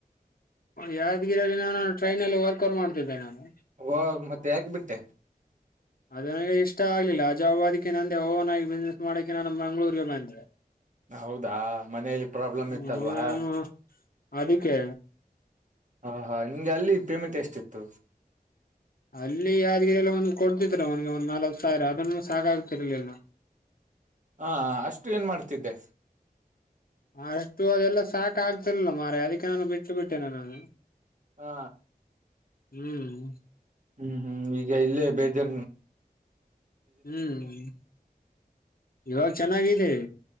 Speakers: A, on the left; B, on the right.
A: ಯಾದಗಿರಿಲ್ಲಿ ನಾನು ಟ್ರೈನ್ ಲ್ಲಿಯೇ ವರ್ಕಟ್ ಮಾಡ್ತಿದ್ದೆ ನಾನು
B: ಓ ಮತ್ತೆ ಯಾಕ ಬಿಟ್ಟೆ
A: ಅದು ನನಗೆ ಇಷ್ಟ ಆಗ್ಲಿಲ್ಲ ಆ ಜವಾಬ್ ಅದಕ್ಕೆ ನಂದೇ ಓವನ್ ಆಗಿ ಬಿಸ್ನೆಸ್ ಮಾಡಕೆ ನಾನು ಮಂಗಳೂರಿಗೆ ಬಂದೆ
B: ಹೌದಾ ಮನೇಲಿ ಪ್ರಾಬ್ಲಮ್
A: ಹ್ಮ್,
B: ಇತ್ತಲ್ವಾ
A: ಅದಕ್ಕೆ
B: ಹಾ ಹಾ ನಿಮ್ಗೆ ಅಲ್ಲಿ ಪೇಮೆಂಟ್ ಎಷ್ಟಿತ್ತು
A: ಅಲ್ಲಿ ಯಾದಗಿರಿ ಅಲ್ಲಿ ಒಂದು ಕೊಡ್ತಿದರ ಒಂದ್ ಒಂದ್ ನಾಲವತ್ ಸಾವಿರ ಅದನ್ನ ಸಾಕಾಗ್ತಿರ ಇಲ್ಲೆಲ್ಲ
B: ಹಾ ಅಷ್ಟು ಏನ್ ಮಾಡ್ತಿದ್ದೆ
A: ಅ ಅಷ್ಟು ಅದೆಲ್ಲಾ ಸಾಕ ಆಗ್ತಿರಲ್ಲಾ ಮಾರಾಯಾ ಅದಕ್ಕೆ ನಾನು ಬಿಟ್ಟ ಬಿಟ್ಟೇನೆ ನಾನು
B: ಹಾ
A: ಹುಂ
B: ಹುಂ ಹುಂ ಈಗ ಇಲ್ಲೇ ಬೇಜಾ
A: ಹುಂ ಇವಾಗ ಚೆನ್ನಾಗಿದೆ